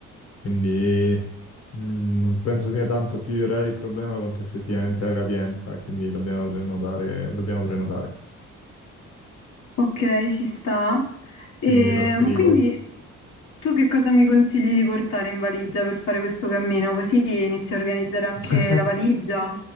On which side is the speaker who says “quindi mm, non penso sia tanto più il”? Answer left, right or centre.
Left